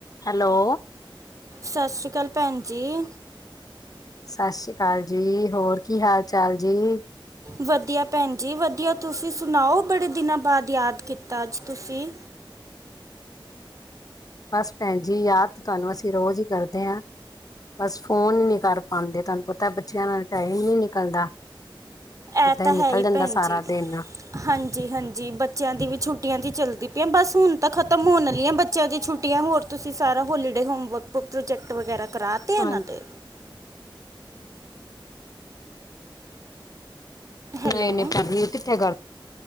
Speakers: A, on the left; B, on the right.
A: Hello-
B: ਸਤਿ ਸ਼੍ਰੀ ਅਕਾਲ ਭੈਣ ਜੀ।
A: ਸਤਿ ਸ਼੍ਰੀ ਅਕਾਲ ਜੀ ਹੋਰ ਕੀ ਹਾਲ ਚਾਲ ਜੀ?
B: ਵਧੀਆ ਭੈਣ ਜੀ ਵਧੀਆ ਤੁਸੀ ਸੁਣਾਓ ਬੜੇ ਦਿਨਾ ਬਾਅਦ ਯਾਦ ਕੀਤਾ ਅਜ ਤੁਸੀ
A: ਬਸ ਭੈਣ ਜੀ ਯਾਦ ਤੁਹਾਨੂੰ ਅਸੀ ਰੋਜ ਈ ਕਰਦੇ ਆਂ ਬਸ ਫੋਨ ਹੀ ਨੀ ਕਰ- ਆਂਦੇ ਤੁਵਾਨ ਪਤਾ ਬੱਚਿਆਂ ਨਾਲ ਟਾਈਮ ਈ ਨੀ ਨਿਕਲਦਾ-
B: ਐ
A: ਏਦਾਂ
B: ਤਾਂ
A: ਈ
B: ਹੈ
A: ਨਿਕਲ
B: ਹੀ
A: ਜਾਂਦਾ
B: ਭੈਣ
A: ਸਾਰਾ
B: ਜੀ
A: ਦਿਨ।
B: ਹਾਂਜੀ- ਹਾਂਜੀ ਬੱਚਿਆਂ ਦੀ ਵੀ ਛੁੱਟੀਆਂ ਜੀ ਚਲਦੀ ਪਈਆਂ ਬਸ ਹੁਣ ਤਾਂ ਖਤਮ ਹੋਣ ਆਲੀਆਂ ਬ ਬੱਚਿਆਂ ਦੀ ਛੁੱਟੀਆਂ ਹੋਰ ਤੁਸੀ ਸਾਰਾ ਹੋਲੀਡੇ ਹੋਮਵਰਕ ਪ੍ਰੋਜੈਕਟ ਵਗੈਰਾ ਕਰਾ
A: ਹਾਂਜੀ
B: ਤੇ ਇਹਨਾ ਦੇ? ਹੈਲੋ
A: ਨਹੀ- ਨਹੀ ਭੈਣ ਜੀ ਕਿਥੇ ਕਰ